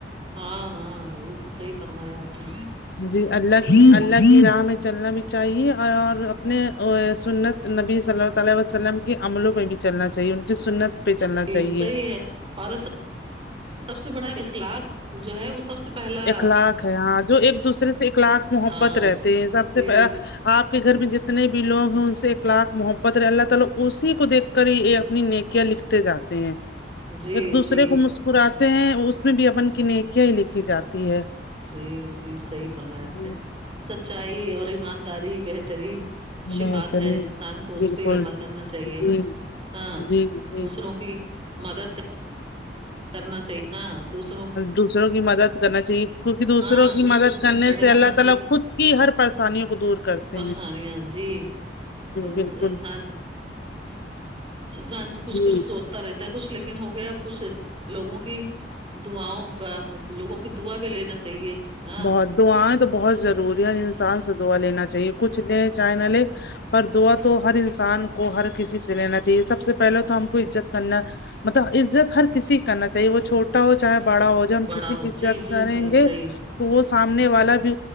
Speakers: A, on the right; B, on the left.
A: ہاں ہاں یہ تو صحیح فرمایا آپ نے
B: جی اللہ کی
A: جی
B: اللہ کی راہ میں چلنا بھی چاہیے اور اپنے ا سنت نبی صلیلہ تعالی وسلم کے عملوں پہ بھی چلنا چاہیے ان کی سنت پہ چلنا
A: جی
B: چاہیے
A: صحیح ہے اور سب سے بڑا اخلاق جو ہے وہ سب سے پہلا
B: اخلاق ہے ہاں جو ایک دوسرے سے اخلاق محبت
A: ہاں
B: رہتے ہیں سب
A: جی
B: سے پہ آپ کے گھر میں جتنے بھی لوگ ہیں ان سے ایک لاکھ محبت وا اللہ تعال اسی کو دیکھ کر ہی یہ اپنی نیکیاں لکھتے جاتے ہیں
A: جی
B: ایک دوسرے
A: جی
B: کو مسکراتے ہیں اس میں بھی اپن کی نیکیا ہی لکھی جاتی ہے
A: جی جی صہی فرمایا آپ
B: جی
A: نے سچائی اور ایمانداری بہترین شفات
B: بہترین
A: ہے انسان کو اس
B: بالکل
A: پہ ہی عمل کرنا چاہیے
B: جی
A: ہاں
B: جی جی
A: دوسروں کی مدد کر کرنا چاہیے ہاں دوسر
B: دوسروں کی مدد کرنا چاہیے کیونکہ دوسروں
A: ہاں
B: کی
A: دکھ
B: مدد
A: سکھ میں
B: کرنے
A: کھڑے
B: سے
A: ہونا
B: اللہ تعالی خود کہ ہر پریشانیوں کو دور کرت
A: پریشانییاں جی اب
B: بالکل
A: انسان انسان سے کچھ
B: جی
A: کچھ سوچ تا رہتا ہے کچھ لیکن ہو گیا اب کچھ لوگوں کی دعاؤں کا لوگوں کی دعا بھی لینا چاہیے ہاں
B: بہت دعایں تو بہت ضروری ہے انسان سے دعا لینا چاہیے کچھ لے چاہے نہ لے پر دعا تو ہر انسان کو ہر کسی سے لینا چاہیے سب سے پہلے تو ہم کو عزت کرنا مطلب عزت ہر کسی کی کرنا چاہیے وہ چھوٹا ہو چاہے بڑا ہو جو ہم
A: بڑا
B: کسی
A: ہو
B: کی عزت
A: جی جی
B: کریں
A: جی
B: گے
A: صحیح
B: تو وہ سامنے والا بھی